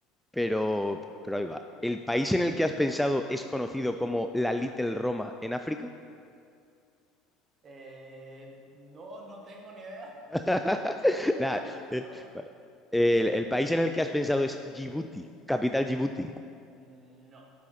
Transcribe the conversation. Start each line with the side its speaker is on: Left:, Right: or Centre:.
Centre: pero, pero ahí va. ¿El país en el que has pensado es conocido como la Little Roma en África?
Right: Eh, no, no tengo ni idea.
Centre: <laughs>
Right: <laughs> ¿Qué
Centre: Nada.
Right: es la leche de
Centre: eh,
Right: Roma?
Centre: El,
Right: Eso es... eh,
Centre: el país en el que has pensado es Djibouti, capital Djibouti.
Right: no.